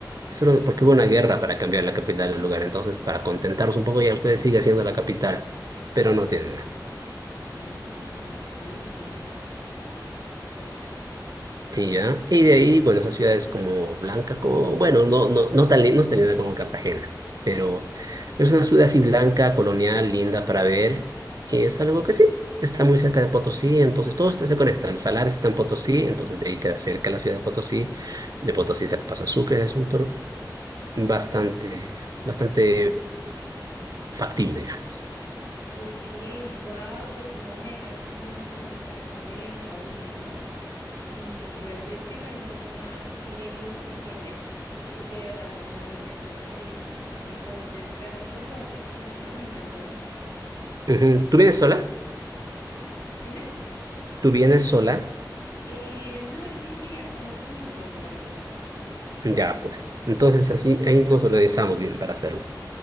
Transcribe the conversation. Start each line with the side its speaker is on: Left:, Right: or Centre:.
Right: solo, porque hubo una guerra para cambiar la capital del lugar, entonces para contentarlos un poco ya ustedes sigue siendo la capital,
Left: Oh,
Right: pero no tiene nada.
Left: ah, ok, ok, ya.
Right: Y ya. Y de ahí, bueno, esas ciudades como blanca, como, bueno, no, no, no tan, li- no es tan linda como Cartagena, pero es una ciudad así blanca, colonial, linda para ver.
Left: Ujú.
Right: Y es algo que sí, que está muy cerca de Potosí, entonces todo esto se conecta. El Salar está en Potosí, entonces de ahí queda cerca la ciudad de Potosí. De Potosí se pasa a Sucre, es un tour
Left: Claro.
Right: bastante, bastante factible, digamos.
Left: Ok, wow, pues no, me dejas como con muchas ganas de viajar a Bolivia y voy a investigar un poco más eh, los tiquetes, lo- porque de verdad me muero, me muero por ir. Entonces, gracias por toda esta información, me encantó.
Right: Ujú. ¿Tú vienes sola?
Left: Dime.
Right: ¿Tú vienes sola?
Left: Eh, no, yo creo que iría como con mi novio o algo así.
Right: Ya, pues. Entonces así, ahí nos organizamos bien para hacerlo.